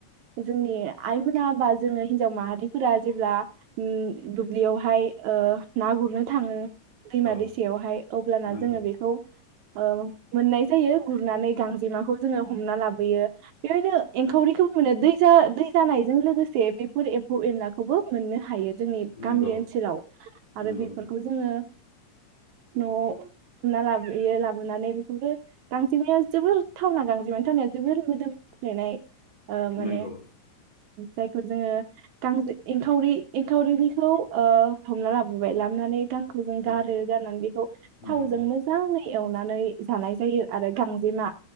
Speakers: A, on the right; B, on the left.
A: जोंनि आइमोना बा जोङो हिनजाव माहारि फोरा जेब्ला दुब्लियावहाय ओ ना गुरनो थाङो। दैमा
B: औ
A: दैसायावहाय अब्लाना
B: नंगौ
A: जोङो बेखौ ओ मोननाय जायो गुरनानै गांजेमाखौ जोङो हमना लाबोयो बेवनो एंखावरिखौबो मोनो दै दै जानायजों लोगोसे बेफोर ए म्फौ एनलाखौबो मोननो हायो। जोंनि
B: नंगौ
A: गामि ओनसोलाव आरो
B: नंगौ
A: बेफोरखौ
B: नोंथां
A: जोङो न'आव हमना लाबोयो लाबोनानै बेखौबो गांजेमाया जोबोर थावना गांजेमानि थावनाया जोबोर मोदोमफ्लेनाय। माने
B: नंगौ
A: जायखौ जोङो गांजे एंखावरि एंखावरिनिखौ हमना लाबोबाय लाबोनानै गांखौ जों गारो
B: औ
A: गारनानै बेखौ थावजों
B: नंगौ
A: मोजाङै एवनानै जानाय जायो आरो गांजेमा